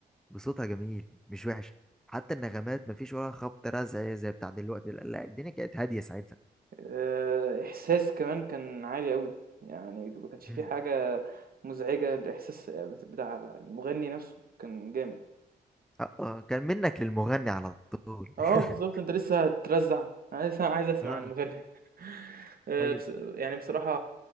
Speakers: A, in the centre; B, on the right.
A: وصوتها جميل مش وحش حتى النغمات مفيش ولا خبط رزع زي بتاع دلوقتي لا لا، الدنيا كانت هاديه ساعتها
B: آآ إحساس كمان كان عالي أوي، يعني ما كانش في
A: مم.
B: حاجة مزعجة، الإحساس بت بتاع المغني نفسه كان جامد.
A: اه آه، كان منك للمغني على طول
B: آه
A: <laughs>
B: بالضبط، أنت لسه هترزّع، أنا لسه عايز أسمع
A: اه
B: المغني. <laughs> آآ
A: ايوه
B: بص يعني بصراحة